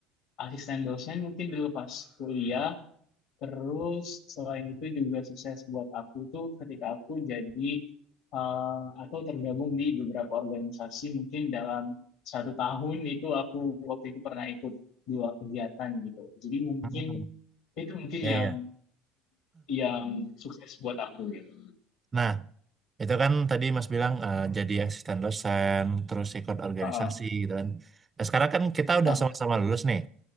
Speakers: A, on the left (about 70°); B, on the right (about 25°).
A: asisten dosen mungkin dulu pas kuliah Terus selain itu juga sukses buat aku tuh ketika aku jadi eh, atau tergabung di beberapa organisasi mungkin dalam satu tahun itu aku waktu itu pernah ikut dua kegiatan gitu. Jadi mungkin
B: Hmm,
A: itu mungkin
B: ya
A: yang
B: ya.
A: yang sukses buat aku gitu.
B: Nah, itu kan tadi Mas bilang eh, jadi asisten dosen, terus ikut organisasi
A: Heeh,
B: gitu kan. Nah, sekarang kan kita udah
A: heeh,
B: sama-sama lulus nih.